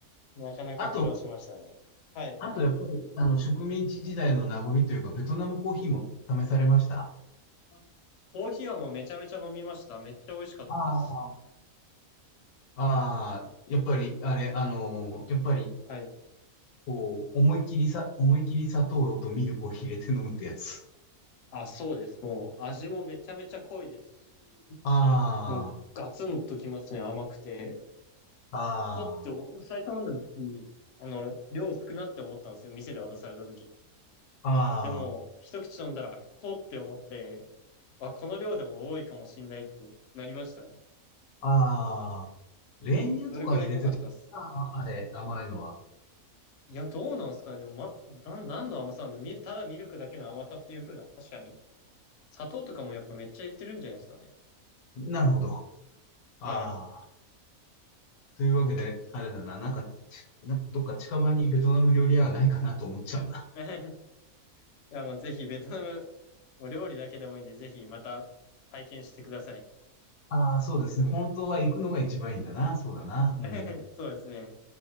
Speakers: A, on the left; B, on the left.
A: なかなか苦労しましたね。
B: あと、
A: はい。
B: あとやっぱり、あの、植民地時代の名残というか、ベトナムコーヒーも試されました。
A: あコーヒーはもうめちゃめちゃ飲みました。めっちゃ美味しかったです。
B: ああ。ああ、やっぱり、あれ、あのーやっぱり、
A: はい。
B: こう、思いっきりさ、思いっきり砂糖とミルクを入れて飲むってやつ。
A: あ、そうです。もう味もめちゃめちゃ濃いですし、
B: あ
A: もうガツンときますね、甘くて。
B: あ、
A: 濃って思う、
B: あ
A: 最初飲んだ時、あの、量少なって思ったんですよ、店で渡された時。
B: あ、
A: でも、
B: あ
A: 一口飲んだら、濃って思って、あ、この量でも多いかもしんないってなりましたね。
B: あ、ああ、練乳とか入れてと、
A: それくらい濃かったっす。
B: ああ、あれ、甘いのは。
A: いや、どうなんですかね。でも、ま、なん、何の甘さなんだミル、ただミルクだけの甘さっていう風な、確かに。砂糖とかもやっぱめっちゃ入れてるんじゃないですかね。
B: なるほど。
A: はい。
B: ああ、というわけで、あれだな、なんか、ちなんかどっか近場にベトナム料理屋はないかなと思っちゃうな。
A: <laughs> いや、もうぜひベトナム、もう料理だけでもいいんで、ぜひまた体験してください。
B: ああ、そうですね。本当は行くのが一番いいんだな。そうだな。うん。
A: <laughs> そうですね。